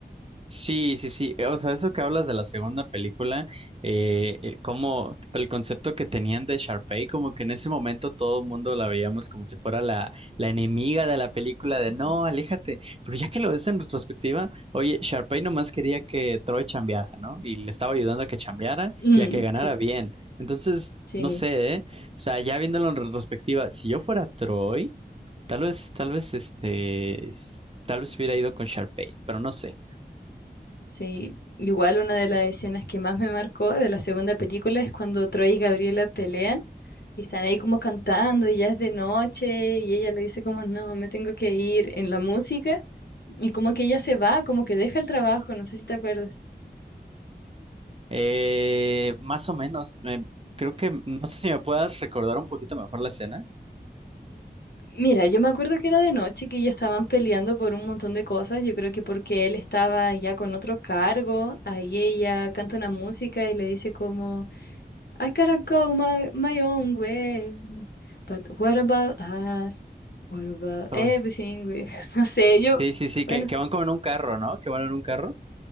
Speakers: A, on the right (about 35°); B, on the left (about 70°).
A: Sí, sí, sí. eh, O sea, eso que hablas de la segunda película, eh, eh, como el concepto que tenían de Sharpay, como que en ese momento todo el mundo la veíamos como si fuera la, la enemiga de la película, de
B: Ujú.
A: no, aléjate. Pero ya que lo ves en retrospectiva, oye, Sharpay nomás quería que Troy chambeara, ¿no? Y le estaba ayudando a que chambeara
B: Mm,
A: y a que ganara
B: sí,
A: bien. Entonces,
B: sí,
A: no sé, ¿eh? O sea, ya viéndolo en retrospectiva, si yo fuera Troy, tal vez, tal vez, este, s- tal vez hubiera ido con Sharpay, pero no sé.
B: sí. Igual una de las escenas que más me marcó de la segunda película es cuando Troy y Gabriela pelean y están ahí como cantando y ya es de noche y ella le dice como no, me tengo que ir en la música y como que ella se va, como que deja el trabajo, no sé si te acuerdas.
A: Eh, más o menos, me- creo que, no sé si me puedas recordar un poquito mejor la escena.
B: Mira, yo me acuerdo que era de noche, que ya estaban peleando por un montón de cosas, yo creo que porque él estaba ya con otro cargo, ahí ella canta una música y le dice como... I gotta go my, my own way. But what about us? What about
A: Uy.
B: everything? we-" <laughs> No sé, yo,
A: Sí, sí, sí, que,
B: bueno,
A: que van como en un carro, ¿no? Que van en un carro.